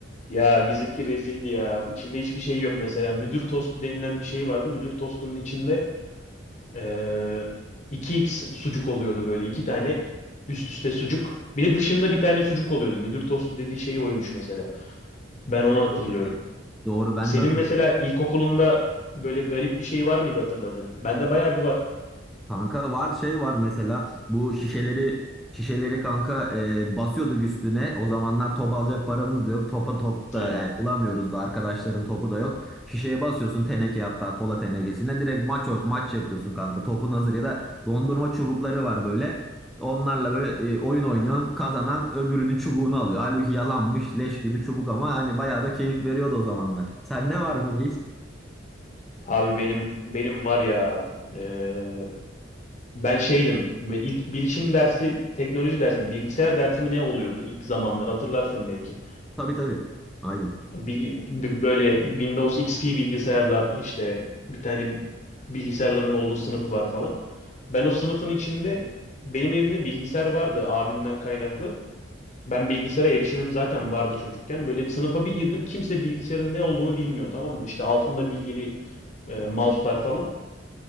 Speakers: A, on the left (about 40°); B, in the centre.
A: Ya bizimki rezildi ya. İçinde hiçbir şey yok mesela. Müdür tostu denilen bir şey vardı. Müdür tostunun içinde Ee, 2x sucuk oluyordu böyle. iki tane üst üste sucuk. Bir de dışında bir tane sucuk oluyordu. Müdür tostu dediği şey oymuş mesela. Ben onu
B: Bütün-
A: hatırlıyorum.
B: Doğru ben
A: Senin
B: de hatırlıyorum.
A: mesela ilkokulunda böyle garip bir şey var mıydı hatırladığın? Bende bayağı bir var.
B: Kanka var şey var mesela bu şişeleri şişeleri kanka e, basıyorduk üstüne. O zamanlar top alacak paramız da yok. Topa top da
A: Aynen.
B: yani bulamıyoruz da arkadaşların topu da yok. Şişeye basıyorsun teneke hatta kola tenekesine direkt maç o- maç yapıyorsun kanka. Topun hazır ya da dondurma çubukları var böyle. Onlarla böyle e, oyun oynuyorsun. Kazanan öbürünün çubuğunu alıyor. Halbuki yalanmış leş gibi çubuk ama hani bayağı da keyif veriyordu o zamanlar. Sende var mı reis?
A: Abi benim benim var ya ee, ben şeydim ve ilk bilişim dersi teknoloji dersi bilgisayar dersi mi ne oluyordu ilk zamanlar hatırlarsın belki.
B: Tabii tabii. Aynen.
A: Bil- b- böyle Windows XP bilgisayarlar işte bir tane bilgisayarların olduğu sınıf var falan. Ben o sınıfın içinde benim evimde bilgisayar vardı abimden kaynaklı. Ben bilgisayara erişimim zaten vardı çocukken. Böyle sınıfa bir girdim kimse bilgisayarın ne olduğunu bilmiyor tamam mı? İşte altında bilgili e, mouse'lar falan.